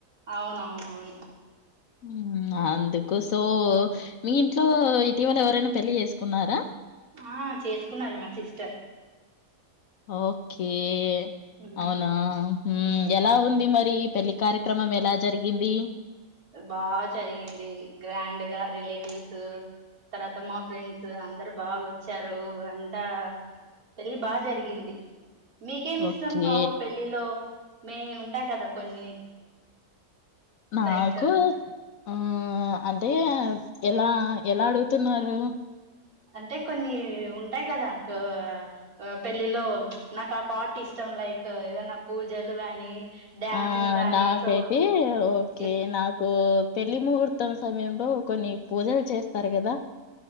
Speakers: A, on the right; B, on the left.
A: అవునవునవును
B: ఉమ్ అందుకు సో మీ ఇంట్లో ఇటీవల ఎవరైనా పెళ్లి చేసుకున్నారా
A: ఆ చేసుకున్నారు మా సిస్టర్
B: ఓకే కే
A: మ్మ్
B: అవునా హుమ్
A: మ్మ్
B: ఎలా ఉంది మరి ఈ పెళ్లి కారి క్రమం ఎలా జరిగింది
A: బాగా చరిగింది గ్రాండ్ గా మా రిలేటివ్స్ తర్వాత మా ఫ్రెండ్స్ అందరు బాగా వచ్చారు అంతా పెళ్లి బాగా జరిగింది. మీకేమి
B: ఓకే
A: ఇష్టం కావు పెళ్ళిలో మే ఉంటాయి కదా కొన్ని
B: నా
A: లైక్
B: కూ ఆ అంటే ఎలా ఎలా అడుగుతున్నారు.
A: అంటే కొన్ని ఉంటాయి కదా ఆ పెళ్ళిలో నాకు ఆ పాట ఇష్టం లైక్ ఏదన్న పూజలు గాని కానీ డ్యాన్సింగ్
B: ఆ నాకైతే
A: సో
B: ఓకే
A: ఏ-
B: నాకు పెళ్లి ముూహు త్తం సమయంలో కొన్ని పూజలు చేస్తారు కదా